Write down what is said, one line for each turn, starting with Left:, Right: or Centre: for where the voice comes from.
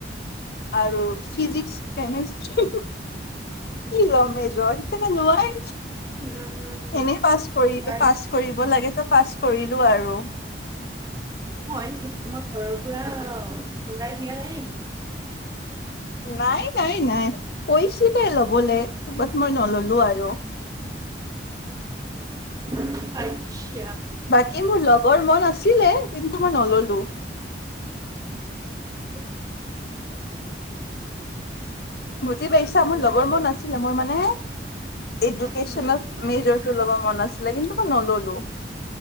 Left: আৰু ফিজিক্স কেমেষ্ট্ৰি কি ল'ম মেজৰ লোৱাই
Right: উম,
Left: এনেই পাছ কৰিব
Right: আৰ
Left: পাছ কৰিব লাগে। পাছ কৰিলো আৰু।
Right: হয় তোমাক ঘৰৰ পৰা ওলাই দিয়া নাই নেকি?
Left: নাই। নাই নাই কৈছিলে ল'বলে বাত মই নললো। আৰু আৰু
Right: <unintelligible>
Left: বাকী মোৰ লবৰ মন আছিলে কিন্তু মই নললো।
Right: <unintelligible> <unintelligible>
Left: বুজি পাইছা মোৰ
Right: আচ্ছা,
Left: লগৰ বোৰ আছিলে মোৰ মানে এডুকেচনল
Right: উম,
Left: মেজৰ। টো ল'ব মন আছিলে কিন্তু মই নললো।